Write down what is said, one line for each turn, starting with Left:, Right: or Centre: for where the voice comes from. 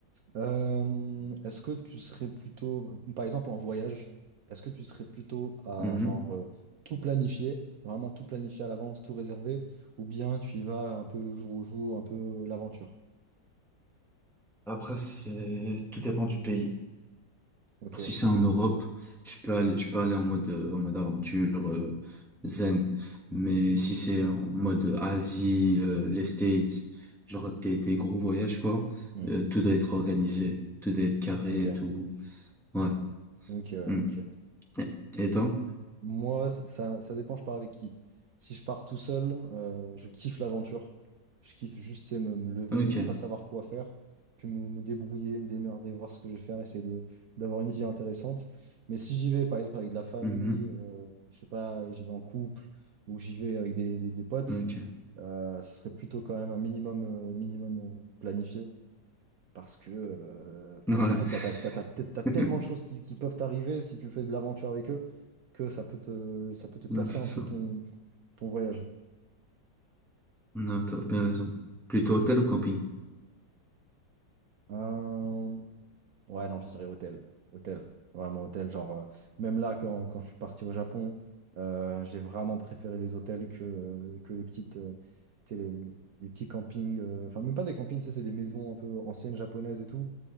Right: Euh, est-ce que tu serais plutôt, par exemple en voyage, est-ce que tu serais plutôt à
Centre: Mhm.
Right: genre euh, tout planifier, vraiment tout planifier à l'avance, tout réserver, ou bien tu y vas un peu le jour au jour, un peu l'aventure?
Centre: Après, c'est, tout dépend du pays.
Right: Ok.
Centre: Si c'est en Europe, je peux aller, je peux aller en mode, euh, en mode aventure, euh, zen. Mais
Right: Hmm,
Centre: si c'est en mode Asie, euh, les States, genre des, des gros voyages, quoi,
Right: hmm.
Centre: euh, tout doit être organisé, tout doit être carré,
Right: Ok,
Centre: et tout. Ouais.
Right: ok, ouais,
Centre: Mm.
Right: ok.
Centre: Et et toi?
Right: Moi, c- ça, ça dépend, je pars avec qui. Si je pars tout seul, euh, je kiffe l'aventure. Je kiffe juste, c'est me, me lever,
Centre: Ok.
Right: de pas savoir quoi faire, puis me, me débrouiller, me démerder, voir ce que je vais faire, essayer de, d'avoir une vie intéressante. Mais si j'y vais, par exemple, avec de la famille,
Centre: Mhm.
Right: euh, je sais pas, j'y vais en couple, ou j'y vais avec des, des- des potes,
Centre: Ok.
Right: euh, ce serait plutôt quand même un minimum, euh, minimum euh, planifié. Parce que, euh,
Centre: Ouais.
Right: parce qu'en fait, bah, t'as, t'as- t'as- t'as- tellement
Centre: <laughs>
Right: de choses qui, qui peuvent t'arriver si tu fais de l'aventure avec eux que ça peut te, ça peut te casser
Centre: Non, c'est
Right: un
Centre: ça.
Right: peu ton, ton voyage.
Centre: Non, t'as bien raison. Plutôt hôtel ou camping?
Right: Euh, ouais, non, je dirais hôtel. Hôtel. Vraiment hôtel. Genre, euh, même là, quand, quand je suis parti au Japon, euh, j'ai vraiment préféré les hôtels que, euh, que les petites, euh, tu sais, les, les petits campings. euh, Enfin, même pas des campings, tu sais, c'est des maisons un peu anciennes japonaises et tout.